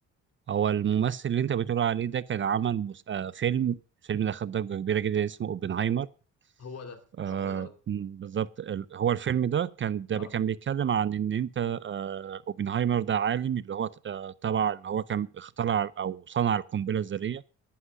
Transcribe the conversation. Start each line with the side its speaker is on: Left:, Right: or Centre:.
Right: هو الممثل اللي انت بتقول عليه ده كان عمل مس... آه فيلم الفيلم ده خد ضجه كبيره جدا اسمه اوبنهايمر
Left: هو ده
Right: آه
Left: اه هو ده
Right: مم، بالظبط ال- هو الفيلم ده كان ده
Left: اه
Right: كان بيتكلم عن ان انت آه اوبنهايمر ده عالم اللي هو ت- آه تبع اللي هو كان اخترع او صنع القنبله الذريه